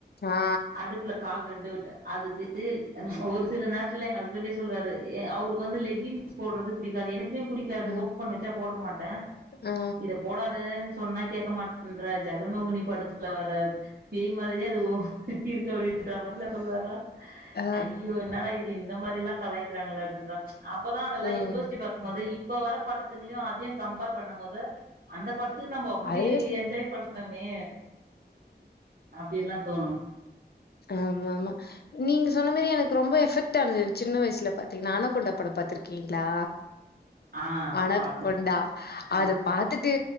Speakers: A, on the left; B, on the right.
A: ஆ,
B: அடுப்புல கால் ரெண்டு வி அதுக்கு ஒரு சில நேரத்துல எங்க இவன்ட்டயு சொல்வாரு ஏ அவருக்கு வந்து லெக்கின்ஸ் போடுறது பிடிக்காது எனக்கே புடிக்காதோ
A: ம்,
B: ண்ணி வச்சா போட மாட்டே
A: ஆ,
B: இத போடாத றேன்னு சொன்னா கேக்க மாட்டன்ற ஜகன்மோகினி படத்துல வர பேய் மாதிரியே அது இருக்கு அப்டின்ற மாரிலா சொல்லுவாரா
A: ஆ.
B: ஐயோ என்னடா இத் இந்த மாரிலா கலாயிக்கிறாங்களே அப்டின்ற அப்பதா அதெல்லா
A: ம்.
B: யோசிச்சு பாக்குபோது இப் இப்ப வர படத்துகளயு அதையு கம்பேர் பண்ணும்போது அந்த படத் இதுக்கு நம்ம அப்டி
A: அது
B: என்ஜாய் பண்ணுமே அப்டின்லாம் தோணும்
A: ஆமா ஆமா நீங்க சொன்ன மாதரி எனக்கு ரொம்ப எஃபெக்ட் ஆனது சின்ன வயசுலபாத்தின ஆனாகொண்டாப்படம் பாத்துருக்கிங்களா
B: ஆ
A: ஆனாகொண்டா
B: பாத்துருக்கே பாத்துருக்கே
A: அது பாத்துட்டு